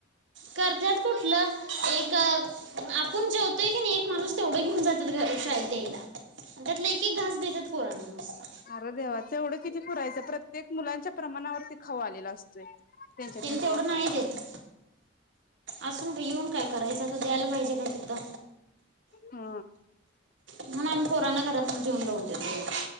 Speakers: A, on the right; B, on the left.
A: करत्यात कुठलं एक आं आपुन जेवतोय कणी एक माणूस तेवढं घेऊन जात्यात शाळेंत देयला. त्यातला एक एक घास देतात पोरांना नुसता
B: आर देवा तेवढं किती किती पुरायचं प्रत्येक मुलांच्या प्रमाणावर खाऊ आलेला असतोय. त्यांच्या
A: तेनी
B: त्यांच्या
A: तेवढं
B: वाटणीचा
A: नय देत असून येऊन काय? करायचं तर द्यायला पाहिजे का तिथं
B: हा
A: म्हणून आमी पोरांना घरातून जेवून लावून देतो <unintelligible>